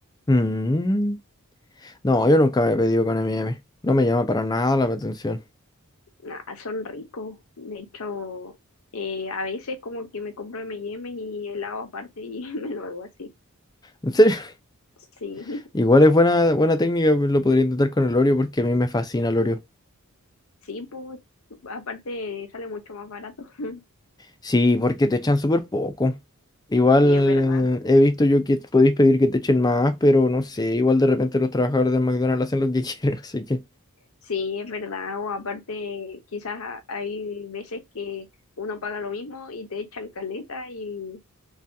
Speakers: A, on the left; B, on the left.
A: Mm. No, yo nunca me he pedido con M&M. No me llama para nada la atención.
B: Nada, son ricos. De hecho, eh, a veces como que me compro M&M y M y helado aparte y <laughs> me lo hago así.
A: En serio,
B: Sí.
A: <laughs> igual es buena, buena técnica, pues, lo podría intentar con el Oreo porque a mí me fascina el Oreo.
B: Sí, pues, aparte sale mucho más barato. <laughs>
A: Sí, porque te echan súper poco. Igual
B: Sí, es verdad.
A: eh, he visto yo que podéis pedir que te echen más, pero no sé, igual de repente los trabajadores del McDonald's hacen lo que <laughs> quieren, así que
B: Sí, es verdad. O aparte, quizás ha- hay veces que uno paga lo mismo y te echan caleta y,